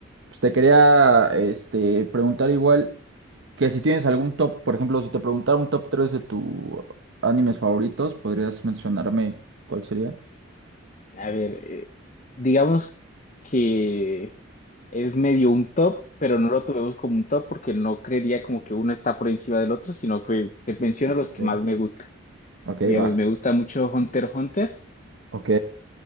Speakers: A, on the right; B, on the left.
A: pues te quería este, preguntar igual que si tienes algún top, por ejemplo, si te preguntara un top 3 de tus animes favoritos, ¿podrías mencionarme cuál sería?
B: A ver, eh, digamos que... es medio un top, pero no lo tomemos como un top porque no creería como que uno está por encima del otro, sino que te menciono los
A: Ok.
B: que más me gustan.
A: Ok,
B: Digamos,
A: va.
B: me gusta mucho Hunter x Hunter,
A: Ok,